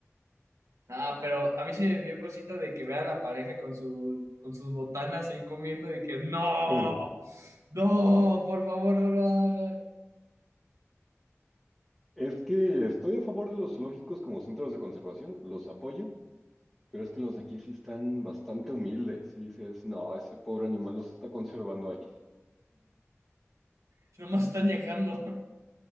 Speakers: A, on the right; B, in the centre.
A: Ah, pero a mí sí me dio cosita de que vea a la pareja con su, con sus botanas ahí comiendo y que no,
B: <laughs>
A: no, por favor no lo hagan.
B: Es que estoy a favor de los zoológicos como centros de conservación, los apoyo, pero es que los de aquí sí están bastante humildes. Y dices, no, ese pobre animal los está conservando ahí.
A: Si nomás están dejando <laughs>